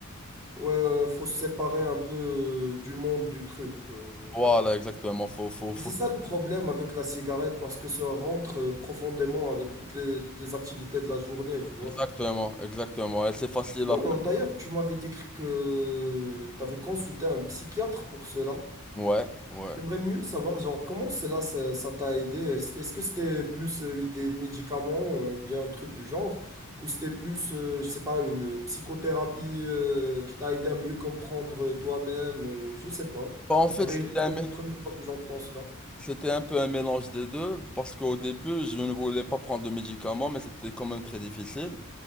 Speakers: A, on the right; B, in the centre.
A: Ouais, ouais, faut se séparer un peu euh, du monde du truc. euh.
B: Voilà, exactement. Faut, faut, faut...
A: Et c'est ça le problème avec la cigarette, parce que ça rentre euh, profondément avec toutes les, toutes les activités de la journée, tu vois.
B: Exactement, exactement. Et c'est facile
A: Non,
B: après.
A: d'ailleurs, tu m'avais décrit que tu avais consulté un psychiatre pour cela.
B: Ouais, ouais.
A: J'aimerais mieux savoir, genre, comment cela, ça, ça t'a aidé? Est-ce est-ce que c'était plus euh, des médicaments ou bien un truc du genre? Ou c'était plus, euh, je sais pas, une psychothérapie euh, qui t'a aidé à mieux comprendre euh, toi-même? euh, je sais pas.
B: Bah, en fait,
A: La vérité,
B: c'était un,
A: c'est
B: mé-
A: la première fois que j'entends cela.
B: c'était un peu un mélange des deux, parce qu'au début, je ne voulais pas prendre de médicaments, mais c'était quand même très difficile.